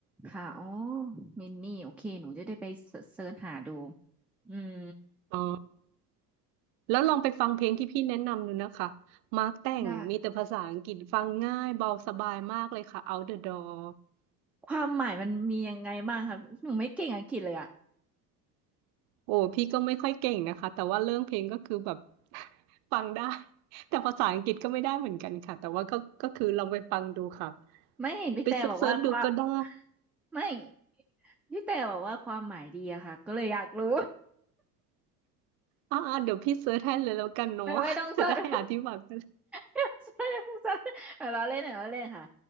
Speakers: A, in the centre; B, on the right.
A: ค่ะอ๋อมินนี่โอเคหนูจะได้ไปเสิร์ชหาดูอืม
B: อ๋อ แล้วลองไปฟังเพลงที่พี่แนะนำดูนะคะมาร์คแต่งมีแต่ภาษาอังกฤษฟังง่ายเบาสบายมากเลยค่ะ
A: ได้
B: Out the Door
A: ความหมายมันมียังไงบ้างคะหนูไม่เก่งอังกฤษเลยอ่ะ
B: โอ้พี่ก็ไม่ค่อยเก่งนะคะแต่ว่าเรื่องเพลงก็คือแบบ <laughs> ฟังได้ แต่ภาษาอังกฤษก็ไม่ได้เหมือนกันค่ะ แต่ว่าก็ก็คือลองไปฟังดูค่ะ
A: ไม่เห็นพี่แต่บอกว่าความ
B: ไปเซิร์ชๆดูก็ได้
A: ไม่พี่แต่บอกว่าความหมายดีอะค่ะก็เลยอยากรู้
B: อ่าๆเดี๋ยวพี่เซิร์ชให้เลยแล้วกันเนาะ
A: ไม่ไม่ต้องสด
B: <laughs> จะได้อธิบายกัน
A: ไม่ต้องเสิ <laughs> รไม่ต้องเสดเอาล้อเล่นเอาล้อเล่นค่ะ